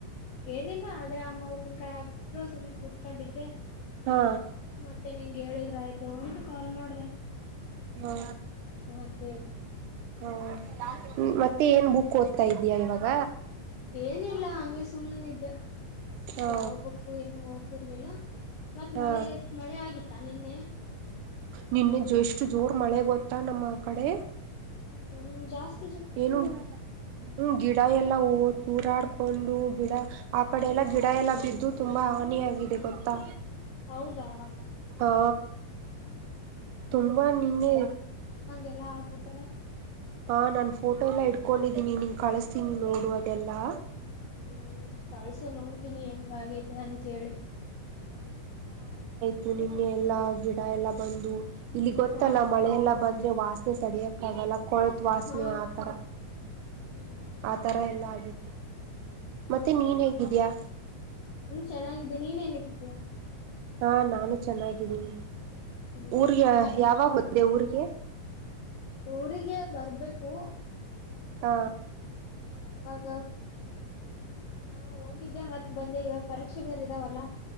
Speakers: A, on the left; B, on the right.
A: ಏನಿಲ್ಲ ಅದೇ ಅಮ್ಮ ಉಪ್ಪನ್ಕಾಯ್ ಹಾಕ್ತಿದ್ರು ಸುಮ್ ಕೂತ್ಕೊಂಡಿದ್ದೆ
B: ಹಾ
A: ಮತ್ತೆ ನಿಂಗ್ ಹೇಳಿದ್ರ್ ಆಯ್ತು ತು ಅಂತ್ ಕಾಲ್ ಮಾಡ್
B: ಹ
A: ಅಂತೇಳಿ
B: ಹ ಮತ್ತೆ ಏನ್ ಬುಕ್ ತ್ತ ಇದ್ಯಾ ಇವಾಗ.
A: ಏನಿಲ್ಲಾ ಹಂಗೆ ಸುಮ್ನ ಇದ್ದೆ.
B: ಹಾ
A: ಯಾವ್ ಬುಕ್ಕು ಏನು ಓದ್ ತಿರ್ಲಿಲ್ಲ. ಮತ್
B: ಹಾ
A: ಮಳೆ ಮಳೆ ಆಗಿತ್ ತಾನಿನೆ.
B: ನಿನ್ನೆ ಜೆಷ್ಟು ಜೋರ್ ಮಳೆ ಗೊತ್ತಾ ನಮ್ಮ ಕಡೆ.
A: ಹ್ಮ್ ಜಾಸ್
B: ಏನು ಹ್ಮ ಗಿಡ ಎಲ್ಲಾ ಓ ತೂರಾಡ್ ಕೊಂಡು ಗಿಡ ಆ ಕಡೆ ಎಲ್ಲಾ ಗಿಡ ಎಲ್ಲ ಬಿದ್ದು ತುಂಬಾ ಹಾನಿಯಾಗಿದೆ ಗೊತ್ತಾ.
A: ಹೌದಾ
B: ಹಾ ತುಂಬಾ ನಿನ್ನೆ
A: ಎಲ್ಲ ಆಗ್ಬಿಟ್ರೆ.
B: ಹಾ ನಾನ್ ಫೋಟೋ ಎಲ್ಲ ಇಡ್ಕೊಂಡಿದ್ದೀನಿ ನಿನ್ ಕಳಸ್ತೀನಿ ನೋಡು ಅದೆಲ್ಲಾ.
A: ಹ್ಮ್ ಕಳ್ಸೋ ನೋಡ್ ತಿನೀ ಹೆಂಗೇತ ಅಂತಂತೇಳಿ.
B: ತು ನಿ ಎಲ್ಲ ಆಗಬೋಟ್ಟ್ ಎಲ್ಲ ಬಂದು ಇಲ್ಲಿ ಗೊತ್ತಲ್ಲ
A: ಹಾ
B: ಮಳೆಲ್ಲಾ ಬಂದ್ರೆ ವಾಸ್ತ. ತಡೆಯಕ್ಕಾಗಲ್ಲ. ಕೊಳತ್ ವಾಸನೆ
A: ಹಾ
B: ಆ ಥರ
A: ಹ್ಮ್
B: ಆ ತರ ಎಲ್ಲಾ ಆಗಿತ್ತು.
A: ಹಾ
B: ಮತ್ತೆ ನೀನ್ ಹೇಗಿದೀಯಾ.
A: ಚೆನ್ನಾಗಿದ್ದ ನೀನ ಹೆಂಗ್ ಇದಿಯಾ.
B: ಹಾ ನಾನು ಚೆನ್ನಾಗಿದ್ದೀನಿ.
A: ಹ್ಮ್
B: ಊರ್ಗೆ
A: ಮತ್
B: ಯಾವಾಗ್ ಬಂರ್ತೀಯ ಊರಿಗೆ.
A: ಊರಿಗೆ ಬರ್ಬೇಕು.
B: ಹ.
A: ಇವಾಗ ಹಾ ಹೋಗಿದ್ದೆ ಮತ್ತ ಬಂದೆ ಇವಾಗ. ಪರೀಕ್ಷೆ ಬೇರೆ ಇದಾವಲ್ಲ.